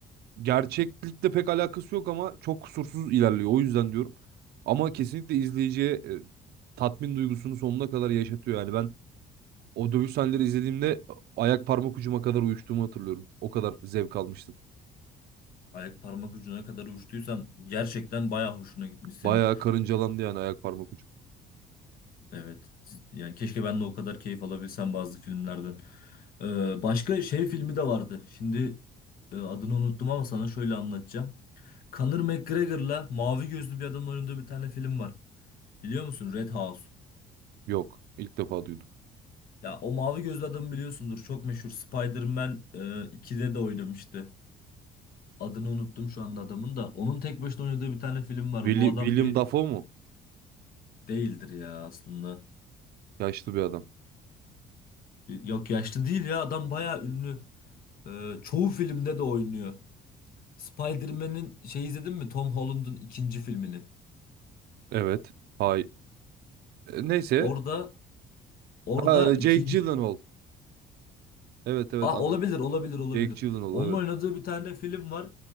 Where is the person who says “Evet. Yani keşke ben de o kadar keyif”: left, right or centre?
Left